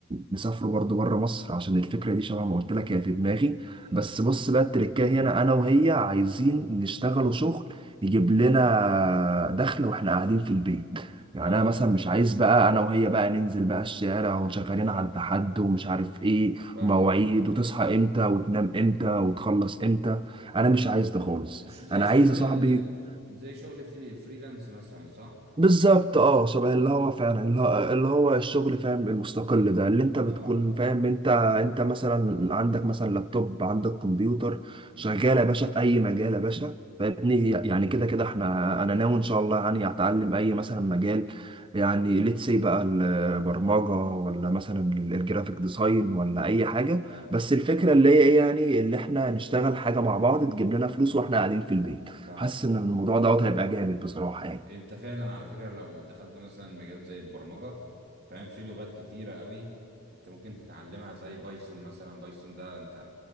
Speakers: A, on the right; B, on the right.
A: نسافروا برضو بره مصر عشان الفكره دي شبه ما قلت لك هي في دماغي
B: امم
A: بس بص بقى التركايه هنا انا وهي عايزين نشتغلوا شغل يجيب لنا دخل واحنا قاعدين في البيت يعني
B: اه
A: انا مثلا مش عايز بقى انا وهي بقى ننزل بقى الشارع وشغالين على التحد ومش عارف ايه
B: فاهمة
A: ومواعيد
B: فاهم
A: وتصحى امتى وتنام امتى وتخلص امتى انا
B: امم
A: مش عايز ده خالص
B: ش- زي
A: انا
B: شغل
A: عايز يا صاحبي
B: ال... زي شغل في فريلانس مثلا صح
A: بالظبط اه شبه اللي هو فعلا اللي هو اللي هو الشغل فاهم المستقل ده اللي انت بتكون
B: اه اه
A: فاهم انت انت مثلا عندك مثلا لابتوب عندك كمبيوتر
B: امم
A: شغال يا باشا في اي مجال يا باشا فابني هي- يعني كده كده احنا انا ناوي ان شاء الله يعني اتعلم اي مثلا مجال يعني ليتس سي بقى البرمجه ولا مثلا الجرافيك ديزاين ولا اي حاجه
B: فاهم
A: بس الفكره اللي هي ايه يعني اللي احنا نشتغل حاجه مع بعض تجيب لنا فلوس واحنا قاعدين في البيت
B: فاهمك
A: حاسس
B: اه
A: ان الموضوع دوت هيبقى جامد بصراحه يعني
B: انت فعلا على فكرة لو دخلت مثلا مجال زي البرمجة فاهم في لغات كتيرة قوي انت ممكن تتعلمها زي بايثون مثلا بايثون ده انت